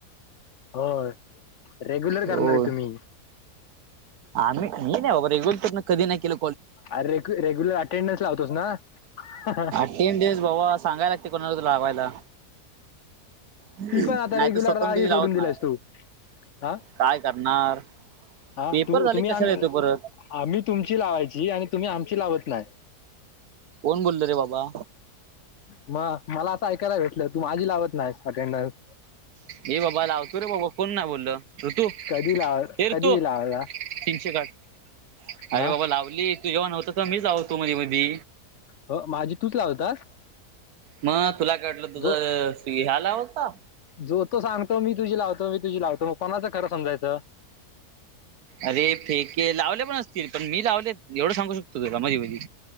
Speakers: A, on the left; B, on the right.
A: होय.. रेग्युलर करणारे
B: होय.
A: तुम्ही
B: आम्ही.. मी नाही बाबा रेगुलर तर कधी नाही केल.
A: अरे.. रे.. रेग्युलर अटेंडन्स लावतोस ना.. ह्.. ह्..
B: तीन डेस भावा सांगाय लागते कोणाला तरी लावायला. ह्ह्....
A: ती पण आता
B: नाही
A: रेग्युलर
B: तर स्वतःहुन
A: राहायची
B: कधी
A: सोडून
B: लावत
A: दिलायस
B: नाय.
A: तू हा
B: काय करणार..
A: हा
B: पेपर
A: तू
B: झाले
A: तुम्ही
B: की
A: आम
B: कशाला येतो परत
A: आम्ही तुमची लावायची आणि तुम्ही आमची लावत नाय.
B: कोण बोल रे.. बाबा
A: मग.. मला असं ऐकायला भेटलं, तू माझी लावत नाहीस अटेंडन्स.
B: हे.. बाबा लावतो रे... बाबा कोण नाय बोल. ऋतू..
A: कधी लाव
B: हे
A: कधी
B: ऋतू...
A: लावला
B: तीनशे साठ, अरे..
A: हा
B: बाबा लावली. तू जेव्हा नव्हतास मीच लावत होतो मधी.. मधी..
A: हो, माझी तूच लावतास.
B: मग तुला काय वाटलं, तुझं
A: जो
B: हे.. स्. आला होता.
A: जो तो सांगतो मी तुझी लावतो, मी तुझी लावतो मग कोणाचं खरं समजाच.
B: अरे.. फेके लावले पण असतील पण मी लावले एवढं सांगू शकतो तुला मधी.. मधी..